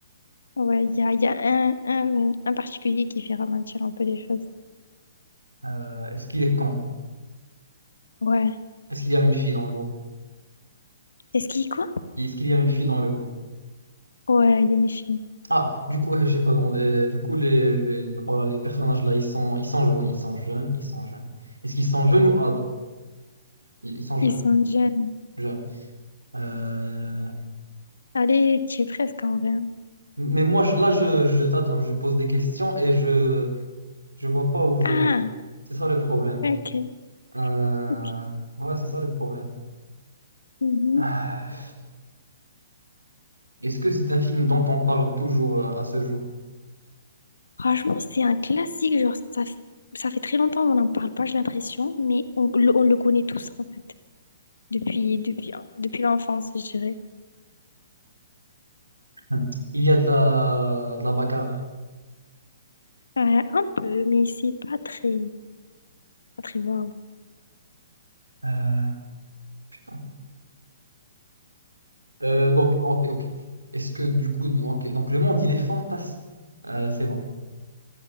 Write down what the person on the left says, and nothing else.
Ouais, il y a, il y a un, un, un particulier qui fait ralentir un peu les choses.
Ouais.
Est-ce qu'il quoi?
Ouais, il y a une fille.
Ils sont jeunes.
Allez, tu es presque en vrai. hein.
Ah,
ok.
ok.
Mhm.
Franchement, c'est un classique. Genre, ça, f- ça fait très longtemps qu'on n'en parle pas, j'ai l'impression, mais on, le on le connaît tous, en fait, depuis, depuis, depuis l'enfance, je dirais.
Ouais, un peu, mais c'est pas très, pas très waouh.